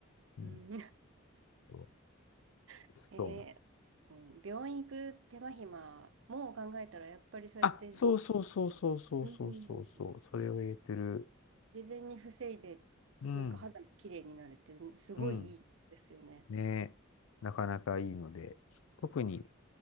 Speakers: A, on the left (about 80°); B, on the right (about 70°).
A: うん、
B: うん、
A: そう
B: <laughs>
A: そうなの。
B: えーうん病院行く手間暇も考えたら、やっぱりそうやって、
A: あ、そうそうそうそうそうそうそうそう、
B: うん、
A: それを言えてる。
B: 事前に防いで、
A: うん、
B: なんか肌も綺麗になるって、すごいいいことですよね。
A: うん。ねえ、なかなかいいので、特に